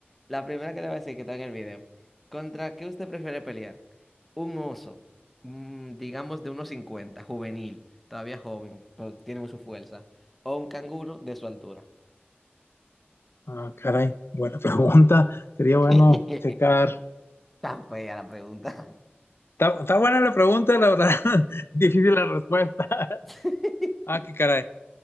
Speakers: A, in the centre; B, on the left.
A: La primera que le voy a decir que está en el video. ¿Contra qué usted prefiere pelear? Un oso, mm, digamos de unos 50 juvenil, todavía joven, pero tiene su fuerza. O un canguro de su altura.
B: Ah, caray, buena pregunta, sería bueno
A: <laughs>
B: checar.
A: Tan fea la pregunta.
B: Está, está buena la pregunta, la verdad, <laughs> difícil la respuesta. <laughs>
A: <laughs>
B: Ah, qué caray.